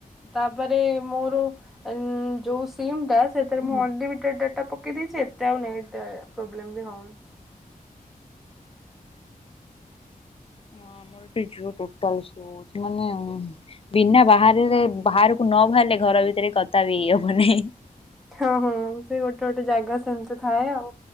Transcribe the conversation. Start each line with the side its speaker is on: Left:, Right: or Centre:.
Centre: ତାପରେ ମୋର ଏନ୍‌ ଯୋଉ ସିମ ଟା ସେଥିରେ ମୁଁ
Left: ହୁଁ
Centre: ଅନ ଲିମି ଟେଡ୍‌ ଡାଟା ପକେଇ ଦେଇଛି ଏତେ ଆଉ ନେଟେ ପ୍ରୋବ୍ଲେମ ବି ହଉନି।
Left: ହ ଆମର ଏଟି ଜିଓ ଟୋଟାଲି ସ୍ଲୋ ହଉଛି ମାନେ ବିନା ବାହାରେରେ ବାହାରକୁ ନ ଭାର୍ ଲେ ଘର ଭି ତେରେ କଥା ବି ହେଇ ହଉନି।
Centre: ହଁ ହଁ ସେ ଗୋଟେ ଗୋଟେ ଜାଗା ସେମ୍ ତି ଥାଏ ଆଉ।